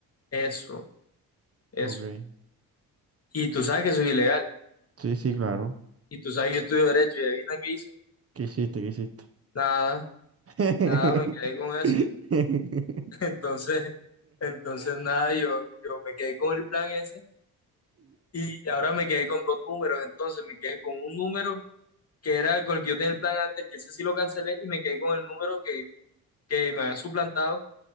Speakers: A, on the left (about 40°); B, on the right (about 40°).
A: Eso, eso.
B: Ok.
A: Y tú sabes que soy ilegal,
B: Sí, sí, claro.
A: y tú sabes que yo estudio derecho, y adivina qué hice.
B: ¿Qué hiciste? ¿Qué hiciste?
A: Nada,
B: <laughs>
A: nada, me quedé con eso. <laughs> Entonces, entonces nada, yo, yo me quedé con el plan ese, y ahora me quedé con dos números, entonces me quedé con un número que era con el que yo tenía el plan antes, que ese sí lo cancelé, y me quedé con el número que, que me habían suplantado,